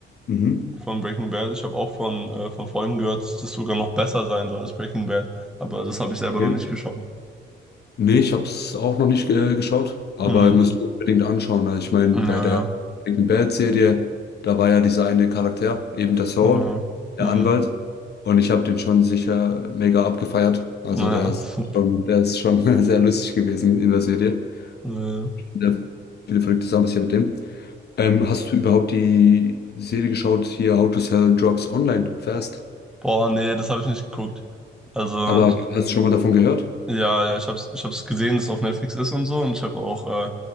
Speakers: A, on the left; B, in the centre.
A: Mhm.
B: von Breaking Bad. Ich habe auch von, äh, von Freunden gehört, dass das sogar noch besser sein soll als Breaking Bad. Aber das habe ich selber
A: Ja.
B: noch nicht geschaut.
A: Nee, ich habe es auch noch nicht äh, geschaut, aber
B: Mhm.
A: ich muss mir unbedingt anschauen. Also ich meine,
B: Ja,
A: bei
B: ja,
A: der Breaking Bad-Serie, da war ja dieser eine Charakter, eben der Saul,
B: genau. Mhm.
A: der Anwalt. Und ich habe den schon sicher mega abgefeiert. Also
B: Naja.
A: der ist
B: <laughs>
A: schon, der ist schon <laughs> sehr lustig gewesen in der Serie.
B: Naja.
A: Sehr viele verrückte Sachen passiert mit dem. Ähm, hast du überhaupt die Serie geschaut, hier How to Sell Drugs Online Fast?
B: Boah, nee, das habe ich nicht geguckt. Also,
A: Aber hast du schon mal davon gehört?
B: Ja, ja, ich hab's, ich hab's gesehen, dass es auf Netflix ist und so und ich habe auch äh,